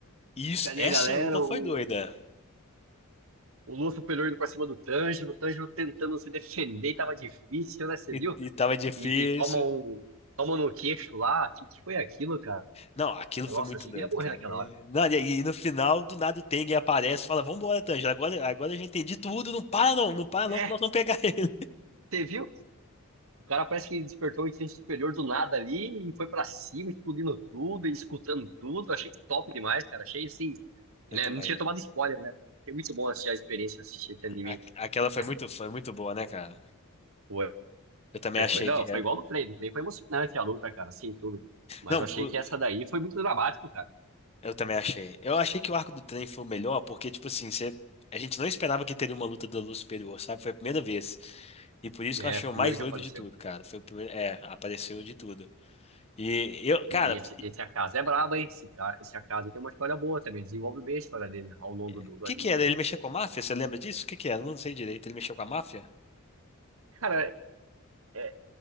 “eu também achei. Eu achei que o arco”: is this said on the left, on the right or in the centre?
Left